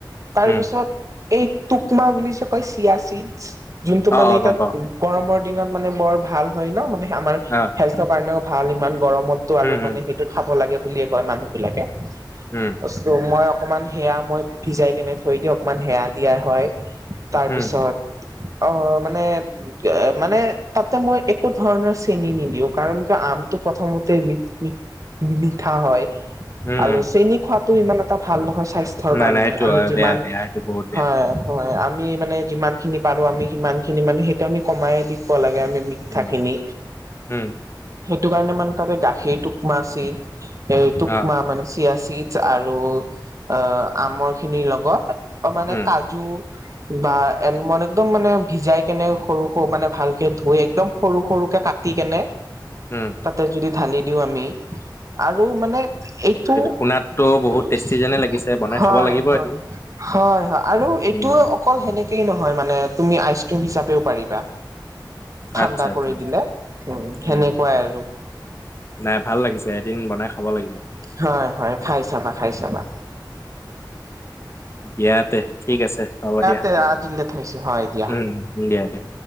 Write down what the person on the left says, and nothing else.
উম।
অ',
অ',
গম পাওঁ।
অ',
উম,
উম,
উম,
উম,
উম,
উম।
নাই
নাই সেইটো
হয়
বেয়া বেয়া সেইটো বহুত বেয়া।
উম,
উম,
অ',
উম,
উম।
শুনাতটো বহুত
টেষ্টি যেনে লাগিছে বনাই খাব লাগিব
এদিন।
উম,
আচ্ছা, আচ্ছা,
উম।
নাই ভাল লাগিছে এদিন বনাই খাব লাগিব।
বিয়াত তে ঠিক আছে হ'ব দিয়া।
উম, দিয়া দিয়া।